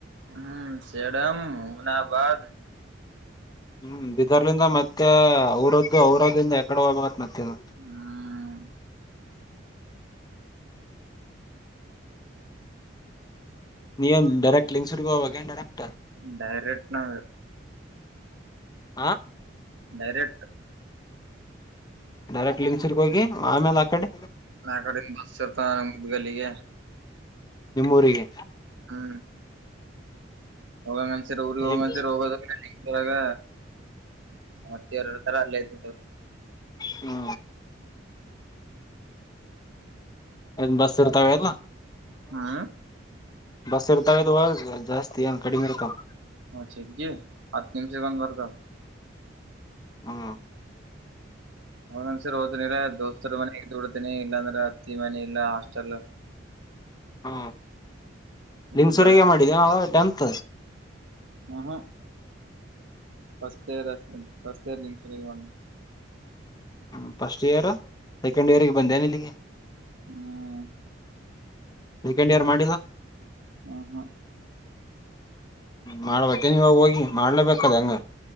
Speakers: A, on the right; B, on the left.
A: ಹ್ಮ್ ಸೇಡಮ ಉನಾಬಾದ
B: ಹ್ಮ್ ಬಿದರ್ಲಿಂದ ಮತ್ತೆ ಅವ್ರದ್ದು ಅವ್ರದ್ದಿಂದ ಎಕಡೆ ಹೋಗ್ಬೇಕತ್ ಮತ್ತೆ ನ್ನು
A: ಹ್ಮ್
B: ನೀ ಒಂದು ಡೈರೆಕ್ಟ್ ಲಿಂಕ್ಸುರ್ಗ ಹಾಗ ಡರೆಕ್
A: ಡೈರೆಕ್ಟ್ನಾದು
B: ಹಾ
A: ಡೈರೆಕ್ಟ್
B: ಡೈರೆಕ್ಟ್ ಲಿಂಗಸಿರ್ಗ್ ಹೋಗಿ ಆಮೇಲೆ ಆ ಕಡೆ
A: ಆ ಕಡೆ ಬಸ್ ಇರ್ತ ಮು್ದ್ಗಲ್ಲಿಗೆ
B: ನಿಮ್ಮೂರಿಗೆ
A: ಹ್ಮ್ ಹೋಗಂಗಂದನ್ಸರ್ ಊ್ರ
B: ಹ್ಮ್
A: ಹೋಗನ್ಸರಿ ಹೋಗದಸರಾಗ ಮತ್ತರರ ತರ ಅಲ್ಲೇ ಇದ
B: ಹ್ಮ ನ್ ಬಸ್ ಇರ್ತಾವ ಅಲ್
A: ಹಾ
B: ಬಸ್ ಇರ್ತದುುವ ಜಾಸ್ತಿ ಏನ್ ಕಡಿಮೆ ಇರ್ತಾವ
A: ಹ ಚಗ್ಗಿ ಹತ್ತು ನಿಮಿಷಗಂದು ಬರ್ತ
B: ಹಾ
A: ಹೊಂದ್ ಸರ್ ಹೋ್ತನಿಲ್ಲ ದೋಸ್ತರ್ ಮನಡ್ತೇನಿ ಇಲ್ಲಾಂದ್ರೆ ಅತ್ತಿ ಮನ ಇಲ್ಲ ಹಾಸ್ಟೆಲ್
B: ಹಾ ನಿಮಸುರೆಗೆ
A: ದುಡ
B: ಮಾಡಿದ್ದೇ ಅವ ಅಂತ
A: ಹ ಹ ಬಸ್ತೆ ರತೆ ಸ್ರ್ಲಿಂಗ ಸ <unintelligible>
B: ಹ್ಮ ಫಸ್ಟ್ ಇಯರ್ ಸೆಕೆಂಡ್ ಇಯರ್ಗೆ ಬಂದ ನಿಲ್ಲಿಗೆ
A: ಹ್ಮ
B: ಸೆಕೆಂಡ್ ಇಯರ್ ಮಾಡಿಲ್ಲ
A: ಹ ಹ
B: ಮಾಡ್ಬೇಕೆ ನೀವ ಹೋಗಿ ಮಾಡ್ಲೇಬೇಕದ ಹಂಗ